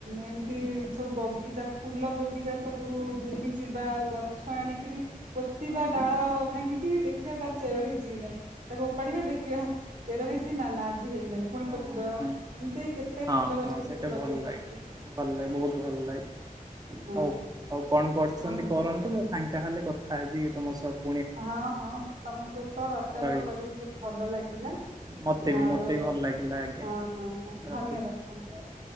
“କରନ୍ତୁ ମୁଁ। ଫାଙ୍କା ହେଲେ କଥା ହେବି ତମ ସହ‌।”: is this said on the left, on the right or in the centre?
Right